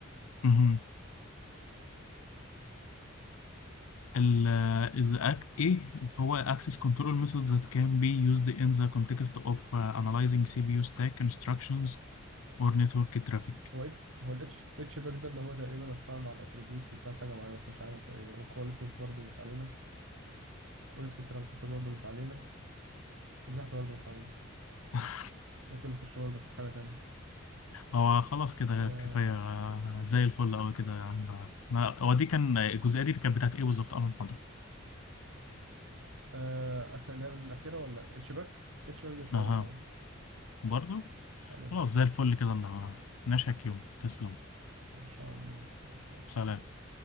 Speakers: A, on the left; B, on the right.
A: مهم. ال uh, is the act ايه هو access control methods that can be used in the context of uh, analyzing CPU stack instructions or network traffic
B: هو إيه- هو الاتش اتش باك ده اللي هو تقريبا القائم على الاتريبيوتس بتاعت حاجه معينه بس مش علينا تقريبا وكواليتيف برضه مش علينا وريسك ترانسفير برضه مش علينا واللي تحت برضه مش علينا
A: <laughs>
B: ممكن نخش برضه في حاجه تانية
A: هو خلاص كده
B: آه
A: كفاية آه، زي الفل أوي كده يا عم ما هو دي كان الجزئية دي كانت بتاعت إيه بالظبط أنا محاضرة
B: آه اخر اللعبه الاخيره ولا اتش باك اتش باك دي مش
A: أها
B: علينا برضه
A: برضو
B: مش علينا
A: خلاص زي الفل كده النهاردة نشهك يوم تسلم
B: ماشي يا عم ماشي يا
A: سلام
B: عم.